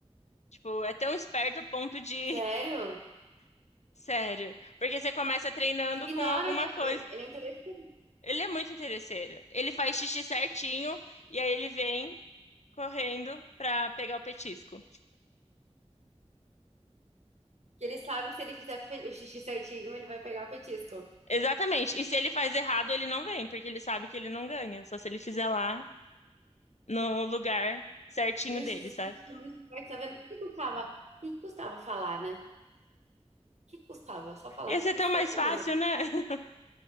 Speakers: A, on the left (about 80°); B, on the right (about 75°).
A: Tipo, é tão esperto a ponto de.
B: Sério?
A: <laughs> Sério. Porque você começa treinando
B: Te Ignora
A: com alguma
B: que ele
A: coisa.
B: ele é interessante.
A: Ele é muito interesseiro. Ele faz xixi certinho e aí ele vem correndo pra pegar o petisco.
B: Que ele sabe que se ele fizer fe- o xixi certinho, ele vai pegar o petisco.
A: Exatamente. E se ele faz errado, ele não vem, porque ele sabe que ele não ganha. Só se ele fizer lá no lugar certinho
B: Gente,
A: dele,
B: esses
A: sabe?
B: bichos são muito fortes, tá vendo? O que que custava? O que que custava falar, né? O que que custava? Só falar,
A: Ia
B: tipo,
A: ser tão
B: estou
A: mais
B: com
A: fácil,
B: dor.
A: né? <laughs>